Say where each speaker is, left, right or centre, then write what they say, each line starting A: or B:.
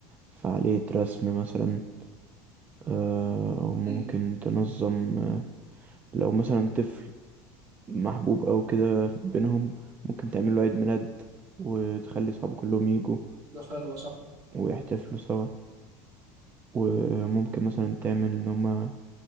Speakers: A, on the right; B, on the right.
A: فعالية رسم مثلا آه، أو ممكن
B: امم
A: تنظم آه، لو مثلا طفل محبوب أو كده بينهم ممكن تعمل له عيد ميلاد وتخلي صحابه كلهم يجوا
B: حلوه صح
A: ويحتفلوا سوا وممكن مثلا تعمل إن هما